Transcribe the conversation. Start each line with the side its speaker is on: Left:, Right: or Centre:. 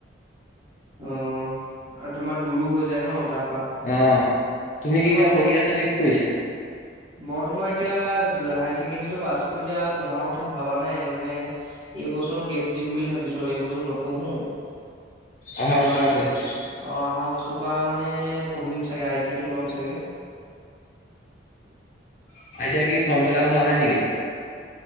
Right: অ', আৰু তোমাৰ দূৰো হৈ যায় ন' তাৰ পৰা
Left: অ', তুমি
Right: তোমাৰ
Left: কি এতিয়া
Right: ঘৰ
Left: পঢ়ি আছা নে কি কৰিছা?
Right: মই তোমাৰ এতিয়া হায় ছেকেণ্ডৰীতো পাছ কৰি এতিয়া পঢ়াৰ কথা ভবা নাই মানে এইবছৰ গেপ দিম বুলি ভাবিছো এইবছৰ নপঢ়ো।
Left: অহা
Right: তোমাৰ
Left: বছৰ পৰা পঢ়িম
Right: অ', অহা বছৰ পৰা মানে পঢ়িম। চাগে আই টি আই টো ল'ম চাগে।
Left: <unintelligible> কি ফৰ্ম ফিলাপ হোৱা নাই নিকি?